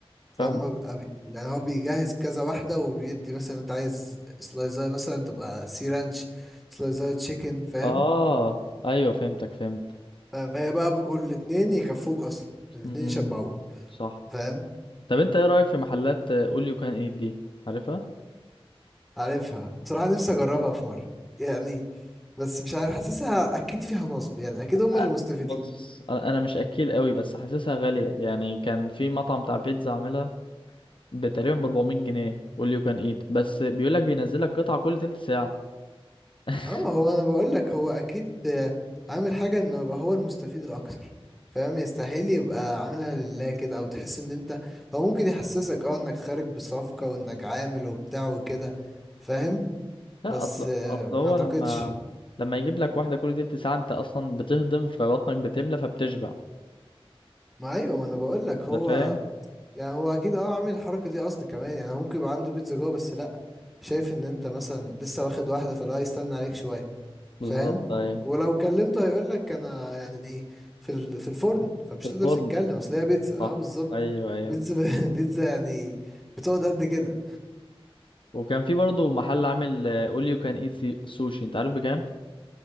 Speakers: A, on the left; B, in the centre.
A: فاهم
B: هم بيبقى بي... يعني هو بيجهز كذا واحدة وبيدي مثلا انت عايز سلايزاية مثلا تبقى سي رانش سلايزاية تشيكن فاهم
A: اه ايوه فهمتك فهمت
B: ف- فهي بقى بيقول الاتنين يكفوك اصلا الاتنين
A: مم.
B: يشبعوك
A: صح
B: فاهم
A: طب انت ايه رايك في محلات اول يو كان ايت دي عارفها
B: عارفها بصراحة نفسي اجربها في مرة يعني بس مش عارف حاسسها اكيد فيها نصب يعني اكيد هم
A: أ-
B: اللي مستفيدين
A: بص انا أنا مش اكيل قوي بس حاسسها غاليه يعني كان في مطعم بتاع بيتزا عاملها تقريبا ب 400 جنيه اول يو كان ايت بس بيقول لك بينزل لك قطعه كل تلت ساعه <laughs>
B: اه ما هو انا بقول لك هو اكيد آه، عامل حاجه انه يبقى هو المستفيد الاكتر فاهم يستحيل يبقى عاملها لله كده او تحس ان انت هو ممكن يحسسك اه انك خارج بصفقه وانك عامل وبتاع وكده فاهم
A: لا
B: بس
A: اصل
B: آه،
A: اصل
B: ما
A: هو
B: اعتقدش
A: لما لما يجيب لك واحده كل تلت ساعه انت اصلا بتهضم فبطنك بتملى فبتشبع
B: ما ايوه ما انا بقول لك هو
A: أنت فاهم
B: يعني هو اكيد اه عامل الحركه دي قصد كمان يعني هو ممكن يبقى عنده بيتزا جوه بس لا شايف ان انت مثلا لسه واخد واحده فلو هيستنى عليك شويه
A: بالظبط
B: فاهم
A: أيوة
B: ولو كلمته هيقول لك انا يعني ايه في ال- في الفرن فمش
A: في الفرن
B: تقدر تتكلم اصل هي بيتزا
A: صح
B: اه بالظبط
A: أيوة أيوة
B: بيتزا ب... <laughs> بيتزا يعني بتقعد قد كده
A: وكان في برضه محل عامل اول يو كان ايت سوشي أنت عارف بكام؟